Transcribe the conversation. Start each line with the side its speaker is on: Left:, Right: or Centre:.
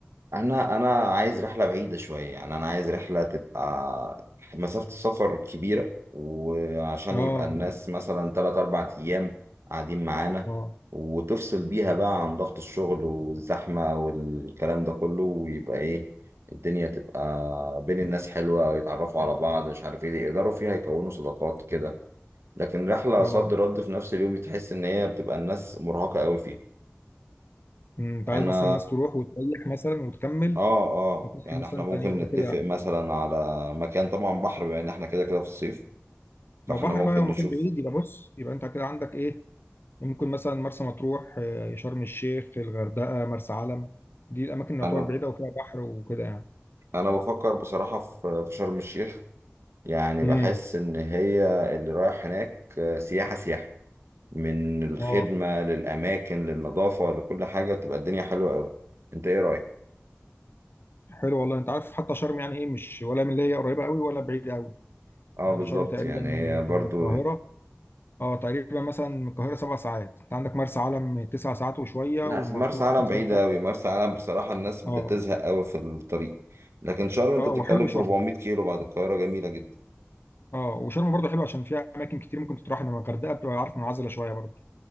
Right: انا انا عايز رحله بعيده شويه يعني انا عايز رحله تبقى مسافه السفر كبيره وعشان
Left: اه
Right: يبقى الناس مثلا 3 4 ايام قاعدين معانا
Left: اه
Right: وتفصل بيها بقى عن ضغط الشغل والزحمه والكلام ده كله ويبقى ايه الدنيا تبقى بين الناس حلوه ويتعرفوا على بعض مش عارف ايه يقدروا فيها يكونوا صداقات كده لكن رحله
Left: اه
Right: صد رد في نفس اليوم دي تحس ان هي بتبقى الناس مرهقه قوي فيها
Left: أمم، انت عايز
Right: انا
Left: مثلا الناس تروح وتريح مثلا وتكمل
Right: اه اه
Left: وتصحى
Right: يعني
Left: مثلا
Right: احنا ممكن
Left: تاني يوم
Right: نتفق
Left: وكده
Right: مثلا على مكان طبعا بحر بما ان احنا كده كده في الصيف فاحنا
Left: ما بحر
Right: ممكن
Left: بقى لو مكان
Right: نشوف
Left: بعيد يبقى بص يبقى انت كده عندك ايه ممكن مثلا مرسى مطروح آه، شرم الشيخ الغردقة مرسى علم دي الأماكن اللي
Right: انا
Left: تعتبر بعيدة وفيها بحر وكده يعني
Right: انا بفكر بصراحة في في شرم الشيخ يعني
Left: امم
Right: بحس ان هي اللي رايح هناك آه، سياحة سياحة من الخدمة
Left: اه
Right: للأماكن للنظافة لكل حاجة بتبقى الدنيا حلوة أوي أنت إيه رأيك؟
Left: حلو والله أنت عارف حتى شرم يعني إيه مش ولا من اللي هي قريبة قوي ولا بعيدة قوي
Right: أه
Left: يعني
Right: بالظبط
Left: شرم تقريبا
Right: يعني
Left: من
Right: هي برضو
Left: من القاهرة اه تقريبا مثلا من القاهرة سبع ساعات أنت عندك مرسى علم تسع ساعات وشوية
Right: لا
Left: ومطروح
Right: أصل مرسى علم
Left: مثلا
Right: بعيدة
Left: أر-
Right: أوي مرسى علم بصراحة الناس بتزهق
Left: اه
Right: أوي في الطريق لكن شرم أنت
Left: اه
Right: بتتكلم
Left: وحلو
Right: في
Left: شرم
Right: 400 كيلو بعد القاهرة جميلة جدا
Left: اه وشرم برضه حلو عشان فيها أماكن كتير ممكن تروح إنما الغردقة بتبقى عارف منعزلة شوية برضه